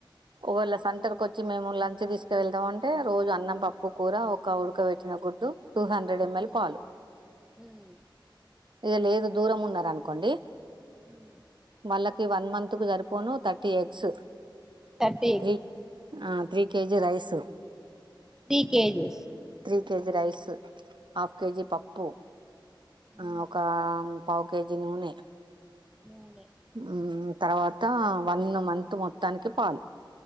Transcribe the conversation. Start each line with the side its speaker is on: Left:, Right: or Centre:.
Right: ఒకేళ సెంటర్ కు వచ్చి మేము లంచ్ తీసుక వెల్తాం అంటె అంటే రోజు అన్నం పప్పు కూర ఒక ఉడక పెట్టిన గుడ్డు టు హండ్రెడ్ ఎంఎల్
Centre: ఉమ్,
Right: పాలు
Centre: ఉమ్,
Right: ఇగ లేదు దూరం ఉన్నారనుకోండి
Centre: ఉమ్.
Right: మల క్ ఈ వన్ మంత్ కు సరిపోను తర్టీ ఎగ్స్
Centre: థర్టీ
Right: త్రీ ఆ three KG rice
Centre: three kgs
Right: KG rice half KG పప్పు ఆ
Centre: ఉమ్,
Right: ఒక పావు కేజీ నూనె
Centre: నూనె
Right: హు తర్వాత వన్ మంత్ మొత్తానికి పాలు